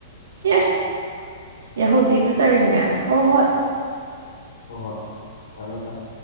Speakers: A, on the right (about 85°); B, on the left (about 75°).
A: ꯑꯦ ꯌꯥꯍꯧꯗꯤ ꯐꯖꯔꯤꯅꯦ ꯍꯣꯏ ꯍꯣꯏ
B: ꯍꯣꯏ ꯍꯣꯏ ꯊꯝꯃꯦ ꯊꯝꯃꯦ